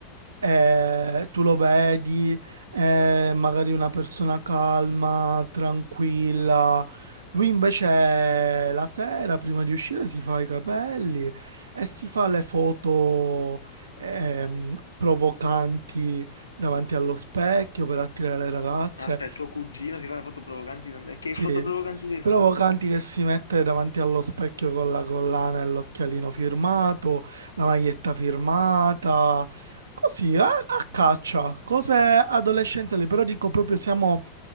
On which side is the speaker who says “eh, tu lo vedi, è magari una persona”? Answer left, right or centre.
Right